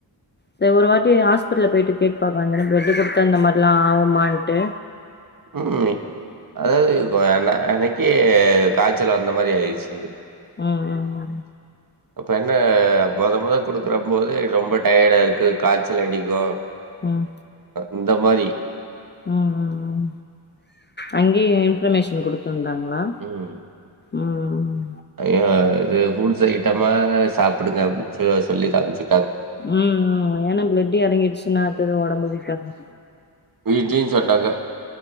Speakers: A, on the left (about 25°); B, on the right (about 50°).
A: செரி ஒரு வாட்டி ஹாஸ்பிட்டல்ல போயிட்டு கேட்டு பாக்லா தானே பிளெட்டு குடுத்தா இந்த மாரிலா ஆவுமான்ட்டு
B: ம் அதாவது வா நா அன்னைக்கு காச்சலா இருந்த மாரி ஆய்டுச்சி
A: அ அ அ
B: அப்ப என்ன மொதல் மொதல்ல குடுக்குற போது ரொம்ப டயர்டா இருக்கு காய்ச்சல் அடிக்கோ
A: ம்
B: இந்த மாரி
A: ம் ம் ம் அங்கேயே இன்ஃபர்மேஷன் குடுத் இருந்தாங்ளா
B: ம்.
A: ம்
B: ஐயோ! இது ஃபூட்ஸ் ஐட்டமா சாப்டுங்க அப்டி சே சொல்லிதா அம்ச்சு
A: ம் ம் ஏனா ப்ளட்டு எறங்கிட்ச்சுன்னா அடுத்தது ஒடம்பு வீக்கா <inaudible>
B: வீட்லியு சண்டங்க